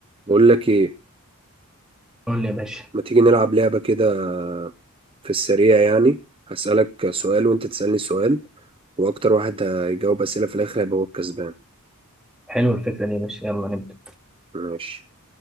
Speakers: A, on the right; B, in the centre.
A: بقول لك ايه
B: قول لي يا باشا
A: ما تيجي نلعب لعبة كده في السريع يعني هسألك سؤال وانت تسألني سؤال واكتر واحد هيجاوب أسئلة في الاخر هيبقى هو الكسبان
B: حلوة الفكرة دي يا باشا يلا نبدأ
A: ماشي